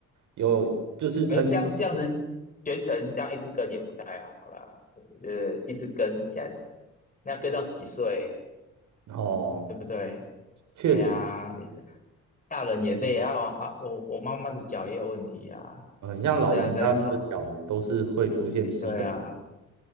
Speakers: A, on the right; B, on the left.
A: 有就是曾
B: 而、嗯这样这样子全程这样一直跟也不太好啦，我觉得一直跟现在是那要跟到几岁？
A: 哦，
B: 对不对？
A: 确实，
B: 哎呀，大人也累啊！啊，我我妈妈的脚也有问题啊，
A: 嗯，像老人家的脚都是会出现膝盖。
B: 所以啊，真哦，<laughs> 对啊，